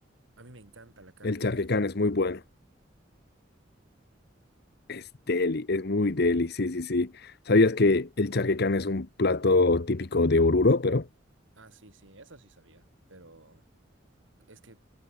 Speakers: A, on the right; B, on the left.
A: A mí me encanta la carne
B: el charquecán
A: que es así.
B: es muy bueno. Es deli, es muy deli, sí, sí, sí. ¿Sabías que el charquecán es un plato típico de Oruro, pero?
A: Ah, sí, sí, eso sí sabía, pero es que